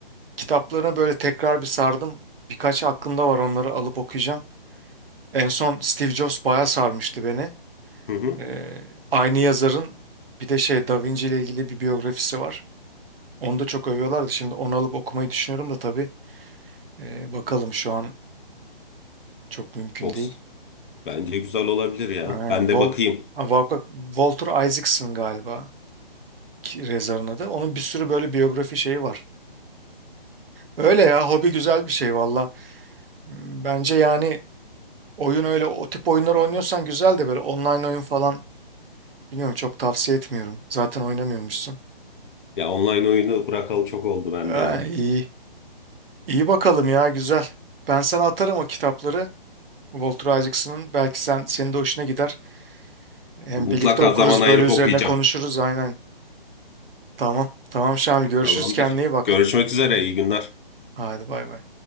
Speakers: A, on the right; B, on the left.
A: kitaplarına böyle tekrar bir sardım. Birkaç aklımda var onları alıp okuyacağım. En son Steve Jobs bayağı sarmıştı beni.
B: Hı hı.
A: Ee, aynı yazarın bir de şey Da Vinci ile ilgili bir biyografisi var. Onu da çok övüyorlardı. Şimdi onu alıp okumayı düşünüyorum da tabii. Ee, bakalım şu an çok mümkün
B: Çok
A: değil.
B: s- bence güzel olabilir ya.
A: Ee,
B: Ben de
A: Wal-
B: bakayım.
A: Ha, Walker- Walter Isaacson galiba. Rezar'ın adı. Onun bir sürü böyle biyografi şeyi var. Öyle ya hobi güzel bir şey valla. Hmm, Bence yani oyun öyle o tip oyunlar oynuyorsan güzel de böyle online oyun falan bilmiyorum çok tavsiye etmiyorum. Zaten oynamıyormuşsun.
B: Ya online oyunu bırakalı çok oldu bende
A: Ha,
B: ya.
A: iyi. İyi bakalım ya güzel. Ben sana atarım o kitapları. Walter Isaacson'ın. Belki sen senin de hoşuna gider. Hem
B: Mutlaka
A: birlikte okuruz
B: zaman ayırıp
A: böyle üzerine
B: okuyacağım.
A: konuşuruz aynen. Tamam. Tamam Şamil görüşürüz
B: Tamamdır.
A: kendine iyi bak.
B: Görüşmek üzere. İyi günler.
A: Hadi bay bay.